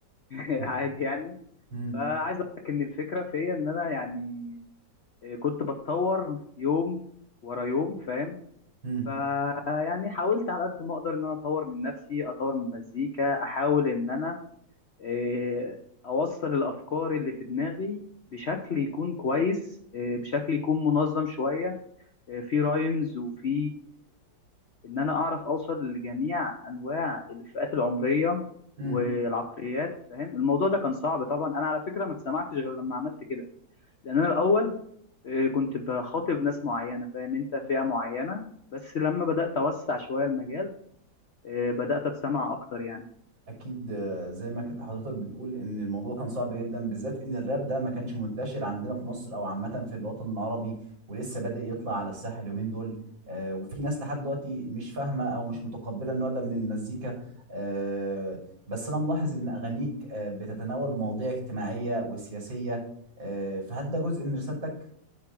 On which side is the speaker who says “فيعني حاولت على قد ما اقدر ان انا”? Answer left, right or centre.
Left